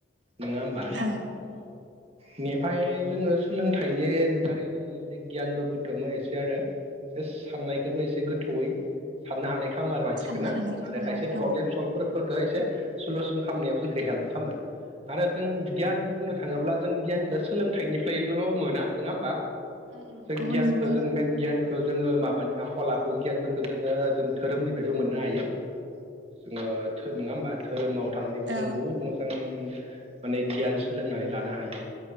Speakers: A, on the right; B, on the right.
A: नोङा होमबा।
B: ओ
A: इनिफाय जोङो सोलोंथाइनि दारै जोङो एसे गियानबो बुथुमो एसे आरो। बे साननायखोबो एसे गोथौयै साननो हानाय खामो आरो मानसिखो
B: साननो
A: ना
B: हानाय खालामो
A: आरो खायसे
B: औ
A: प्रब्लेम सल्भफोरफोरखौ एसे सुलुसन खामनायाव जोंखो हेल्पबो खामो। आरो जों गियान बुंनो थाङोब्ला जों गियानखो सोलोंथाइनिफ्रायल' मोना नोङा ओमबा
B: उम
A: जों
B: गुबुन
A: गियानखो
B: गुबुन
A: जों मेन गियान खौ जोङो माबानि आखल आखु गियानफोरखो जोङो जों धोरोमनिफायबो मोननो हायो। जोङो धो नोङा ओमबा धोरोमाव थानानैबो
B: औ
A: जों बुहुत मोजां माने गियान सोलोंनानै लानो हायो